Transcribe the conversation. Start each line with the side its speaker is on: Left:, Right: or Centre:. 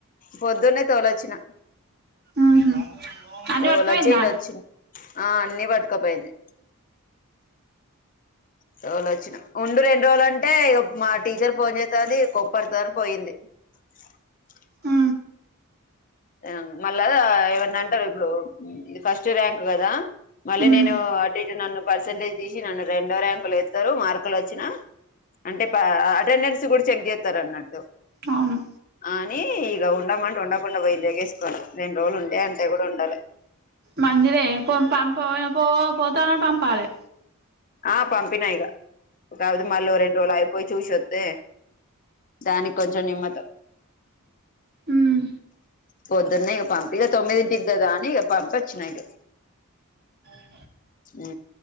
Left: పొద్దున్నే తోలొచ్చిన
Right: ఉహు అన్ని
Left: తోలొచ్చి
Right: పట్టుకుపోయిందా
Left: ఇటు వచ్చింది ఆ అన్నిీ పట్టుకపోయింది తోలొచ్చిన ఉండు రెండు రోజులంటే ఇగ మా టీచర్ ఫోన్ చేస్తాది కోప్పడుతాది అన్ని పోయింది కు కూ.
Right: ఉ
Left: ఆ మళ్ళా ఏవన్నా అంటారు ఇప్పుడు ఈ ఫస్ట్ ర్యాంక్ కదా మళ్ళీ
Right: ఉమ్
Left: నేను అటు ఇటు నన్ను పర్సెంటేజ్ తీసి నన్ను రెండో ర్యాంక్ కో లేతరు మార్కులు వచ్చినా అంటే పా ఆ అటెండెన్స్ కూడా చెక్ చేస్తారు అన్నట్టు
Right: అవును
Left: అన్ని ఇగ ఉండమంటే ఉండకుండా పోయింది తేగేసుకోని రెండు రోజులు ఉండే అంటే కూడా ఉండాలే
Right: మంచిదే పోంప్ పామ్ పో పో పోతానే పంపాలే
Left: ఆ పంపినా ఇగ కాకపోతే మళ్ళీ ఓ రెండు రోజులు ఆగి పోయి చూసి వస్తే దానికి కొంచం నిమ్మతు
Right: ఉమ్
Left: పొద్దున్నే ఇగ పంపి ఇగ తొమ్మిదింటికి కదా అని ఇగ పంపి వచ్చిన ఇటు
Right: ఆ.
Left: ఉ